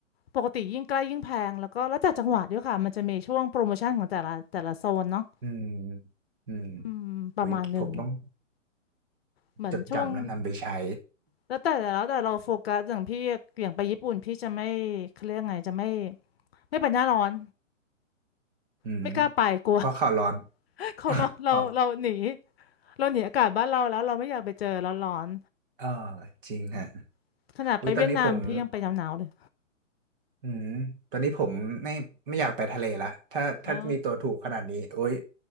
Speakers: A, on the left; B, on the right.
A: ปกติยิ่งใกล้ยิ่งแพงแล้วก็แล้วแต่จังหวัดด้วยค่ะมันจะมีช่วงโปรโมชั่นของแต่ละแต่ละโซนเนาะ
B: อืมอืม
A: อืมประมาณหนึ่ง
B: อุ้ยผมต้อง
A: เหมือนช่วง
B: จดจำและนำไปใช้
A: แล้วแต่แล้วแต่เราโฟกัสอย่างพี่อย่างไปญี่ปุ่นพี่จะไม่เขาเรียกไงจะไม่ไม่ไปหน้าร้อน
B: อืม
A: ไม่กล้าไปกลัว
B: เพราะข่าวร้อน
A: <laughs> เขาเราเราเราหนี
B: <laughs> อ๋อ
A: เราหนีอากาศบ้านเราแล้วเราไม่อยากไปเจอร้อน
B: เออจริงฮะ
A: ๆขนาดไปเวียดนามพี่ยังไปหนาวๆเลย
B: อุ้ยตอนนี้ผม อืม ตอนนี้ผมไม่ไม่อยากไปทะเลละถ้าถ้ามีตัวถูกขนาดนี้โอ๊ย
A: อ๋อ